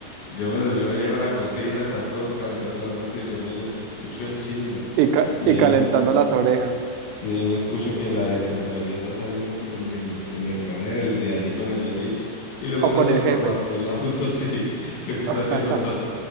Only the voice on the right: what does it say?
y, ca-
y
calentando
las orejas
o
con
el
jefe.
<laughs>